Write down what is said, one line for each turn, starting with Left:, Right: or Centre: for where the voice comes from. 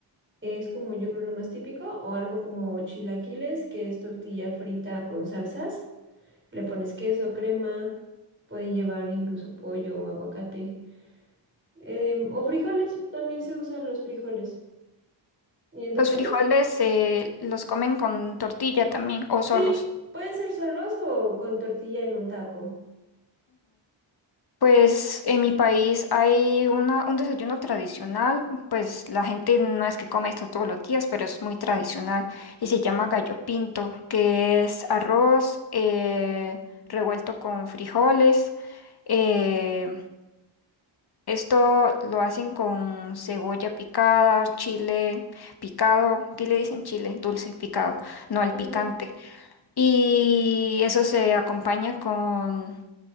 Right: Es como yo creo lo más típico, o algo como chilaquiles, que es tortilla frita con salsas. Le pones queso, crema, puede llevar incluso pollo o aguacate. Em, o frijoles, también se usan los frijoles. ¿Y en tu
Left: ¿Los
Right: país?
Left: frijoles eh, los comen con tortilla también o
Right: Sí,
Left: solos?
Right: pueden ser solos o con tortilla en un taco.
Left: Pues en mi país hay una, un desayuno tradicional, pues la gente no es que come esto todos los días, pero es muy tradicional y se llama gallo pinto, que es arroz eh, revuelto con frijoles. eh, esto lo hacen con cebolla picada, chile picado, aquí le dicen chile dulce picado, no al
Right: Ujú,
Left: picante. Y eso se acompaña con